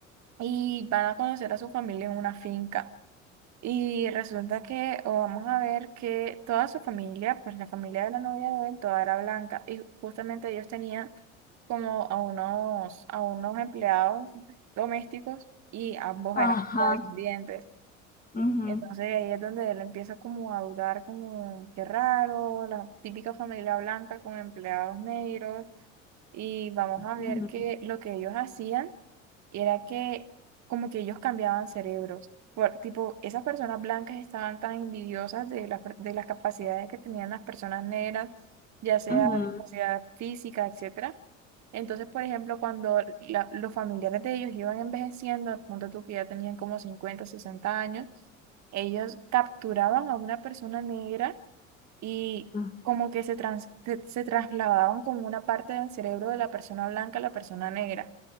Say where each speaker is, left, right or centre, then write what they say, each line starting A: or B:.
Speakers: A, on the right (about 45°); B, on the left (about 20°).
A: y van a conocer a su familia en una finca. Y resulta que o vamos a ver que toda su familia, pues la familia de la novia de él, toda era blanca y justamente ellos tenían como a unos, a unos empleados domésticos y ambos
B: ajá.
A: eran afrodescendientes.
B: ujú,
A: Entonces ahí es donde él empieza como a dudar, como qué raro, la típica familia blanca con empleados negros. Y vamos a ver
B: ujú,
A: que lo que ellos hacían era que como que ellos cambiaban cerebros. Por, tipo, esas personas blancas estaban tan envidiosas de las, per- de las capacidades que tenían las personas negras, ya sea
B: ujú,
A: capacidad física, etcétera entonces, por ejemplo, cuando la- los familiares de ellos iban envejeciendo, punto tú que ya tenían como 50, 60 años, ellos capturaban a una persona negra y
B: ah,
A: como que se, trans- se, se trasladaban como una parte del cerebro de la persona blanca a la persona negra,